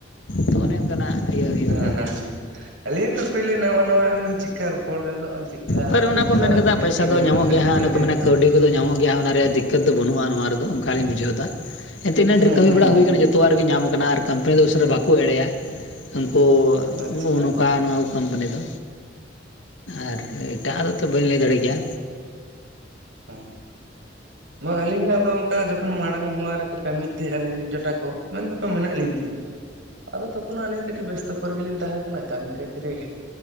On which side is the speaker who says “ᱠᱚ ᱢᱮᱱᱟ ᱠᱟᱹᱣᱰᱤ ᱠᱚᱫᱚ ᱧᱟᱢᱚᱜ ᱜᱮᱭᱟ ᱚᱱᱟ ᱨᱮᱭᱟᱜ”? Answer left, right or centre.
Left